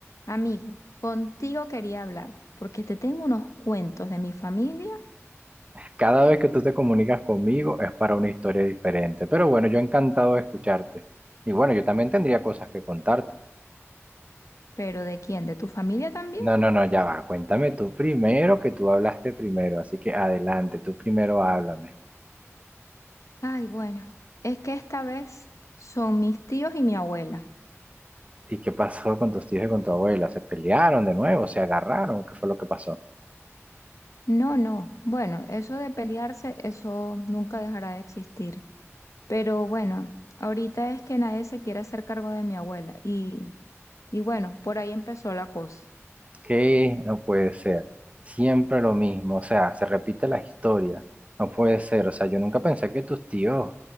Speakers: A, on the left; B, on the right.
A: Amigo, contigo quería hablar porque te tengo unos cuentos de mi familia,
B: Cada vez que tú te comunicas conmigo es para una historia diferente. Pero bueno, yo encantado de escucharte. Y bueno, yo también tendría cosas que contarte.
A: pero ¿de quién? ¿De tu familia también?
B: No, no, no, ya va. Cuéntame tú primero, que tú hablaste primero. Así que adelante, tú primero háblame.
A: Ay, bueno, es que esta vez son mis tíos y mi abuela.
B: ¿Y qué pasó con tus tíos y con tu abuela? ¿Se pelearon de nuevo? ¿Se agarraron? ¿Qué fue lo que pasó?
A: No, no, bueno, eso de pelearse, eso nunca dejará de existir. Pero bueno, ahorita es que nadie se quiere hacer cargo de mi abuela y, y bueno, por ahí empezó la cosa.
B: ¿Qué? No puede ser. Siempre lo mismo, o sea, se repite la historia. No puede ser, o sea, yo nunca pensé que tus tíos,